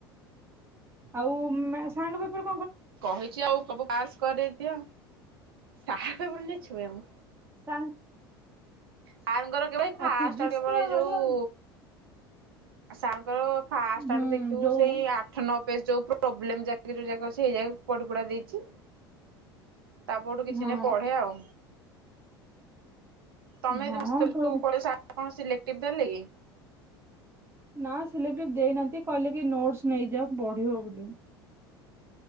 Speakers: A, on the right; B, on the right.
A: ଆଉ ମା ସାଙ୍ଗପେପର୍
B: କହିଛି ଆଉ କବୁ ପାସ୍ କରେଦିଅ ସାହା ପନି ଛୁ ମୁଁ।
A: ସାର୍
B: ସାରଙ୍କ ର କେବେ ଫାଷ୍ଟ
A: ଆଉ ଫିଜିକ୍ସ
B: କେବଳ
A: ତ ଗଲା
B: ଯୋଉ ସାରଙ୍କର ଫାଷ୍ଟ
A: ହୁଁ
B: ଆଡୁ ଦେଖିବୁ
A: ଯୋଉ
B: ସେଇ ଆଠ ନ ପେଜ ଯାଉ ପ୍ରୋବେଲ୍ମ ଯୋଉ ରିପୋର୍ଟ ଗୁଡ଼ା ଦେଇଛି। ତାପଠୁ କିଛି
A: ହଁ
B: ନହିଁ ପଢେ ଆଉ। ତମେ
A: ହଁ
B: ହେଦିନ ସ୍ତିଲୁ
A: ତୋ
B: କଣ ସର୍ କଣ ସିଲେକ୍ଟିଭ ଦେଲେ କି?
A: ନା ସିଲେକ୍ଟିଭି ଦେଇନାହାନ୍ତି କହିଲେ କି ନୋଟସ୍ ନେଇଯା ପଢିବ ବୋଲି।